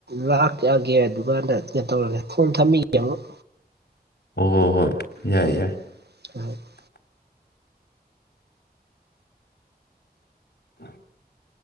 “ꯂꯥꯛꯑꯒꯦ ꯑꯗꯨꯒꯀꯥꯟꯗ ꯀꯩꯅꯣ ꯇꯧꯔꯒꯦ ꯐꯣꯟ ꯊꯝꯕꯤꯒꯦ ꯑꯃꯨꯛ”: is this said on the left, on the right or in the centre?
Right